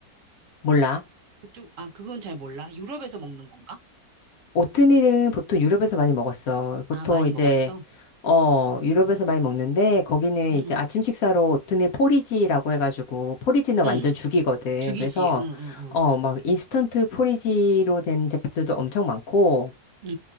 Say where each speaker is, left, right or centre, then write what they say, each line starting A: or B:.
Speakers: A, on the left (about 70°); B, on the right (about 65°).
A: 몰라.
B: 그쪽, 아, 그건 잘 몰라. 유럽에서 먹는 건가?
A: 오트밀은 보통 유럽에서 많이 먹었어. 보통
B: 아, 많이
A: 이제,
B: 먹었어.
A: 어, 유럽에서 많이 먹는데, 거기는
B: 음,
A: 이제 아침 식사로 오트밀 포리지라고 해가지고, 포리지는 완전
B: 음.
A: 죽이거든.
B: 죽이지.
A: 그래서,
B: 응, 응,
A: 어, 막 인스턴트 포리지로 된 제품들도 엄청 많고,
B: 응.